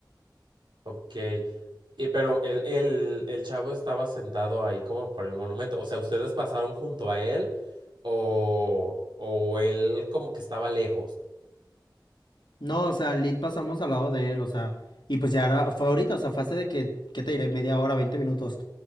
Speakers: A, on the right; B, on the left.
A: Ok, y pero el, el, el chavo estaba sentado ahí como por el monumento. O sea, ¿ustedes pasaron junto a él o, o él como que estaba lejos?
B: No, o sea, lit pasamos al lado de él, o sea, y pues ya era, fue ahorita, o sea, fue hace de que, ¿qué te diré? Media hora, 20 minutos.